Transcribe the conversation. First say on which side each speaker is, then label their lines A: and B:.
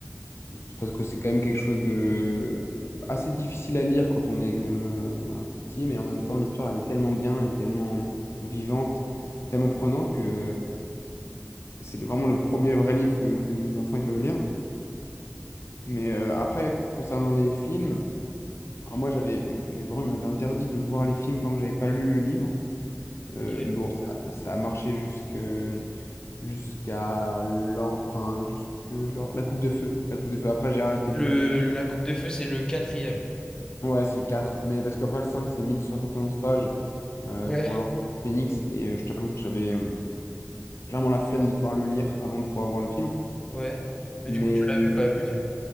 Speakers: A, on the left; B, on the left.
A: c'est parce que c'est quand même quelque chose de assez difficile à lire quand on est quand même euh, un peu petit, mais en même temps, l'histoire, elle est tellement bien et tellement vivante, tellement prenante que c'est vraiment le premier vrai livre que, que les enfants ils peuvent lire. Mais euh, après, concernant les films, alors moi, j'avais, mes parents ils m'avaient interdit de voir les films tant que j'avais pas lu le livre. Euh,
B: ok.
A: mais bon, ça, ça a marché jusque, jusqu'à l'or- enfin, jusque l'or- la Coupe de Feu. La Coupe de Feu. Après, j'ai arrêté
B: Le,
A: de lire.
B: la Coupe de Feu, c'est le quatrième.
A: Ouais, c'est le quatre Mais parce qu'après, le 5 c'est 1071 pages euh,
B: Ouais,
A: pour l'Ordre du Phénix. Et euh, je t'avoue que j'avais euh, clairement la flemme de devoir le lire avant de pouvoir voir le film.
B: ouais. Mais
A: Mais
B: du coup, tu l'as vu quand même, le film.